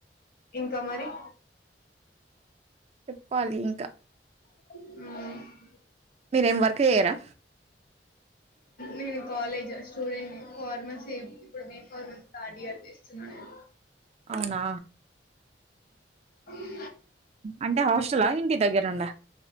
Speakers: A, on the left (about 55°); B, on the right (about 35°).
A: ఇంకా మరి
B: చెప్పాలి ఇంకా
A: అ
B: మీరేం వర్క్ చేయ్యారా
A: నేను కాలేజ్ స్టూడెంట్ ని ఫార్మస్ ఇప్పుడు బి ఫార్మస్ స్టార్డయర్ ఇస్తున్నా నేను
B: అవునా
A: హ
B: అంటే హాస్టల్ ఇంటి దగ్గరుండ